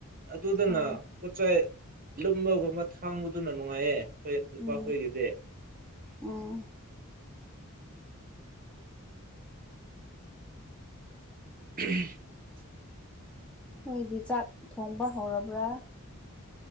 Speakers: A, on the right; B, in the centre.
A: ꯑꯗꯨꯗꯅ
B: ꯑꯥ
A: ꯄꯣꯠꯆꯥꯏ ꯂꯨꯝꯃꯒꯨꯝꯕ ꯊꯥꯡꯕꯗꯨꯅ ꯅꯨꯡꯉꯥꯏꯌꯦꯦ ꯈ ꯅꯨꯄꯥꯈꯣꯏꯒꯤꯗꯦ
B: ꯎꯝ ꯎꯝ
A: <inaudible>
B: ꯅꯣꯏꯗꯤ ꯆꯥꯛ ꯊꯣꯡꯕ ꯍꯧꯔꯕ꯭ꯔꯥ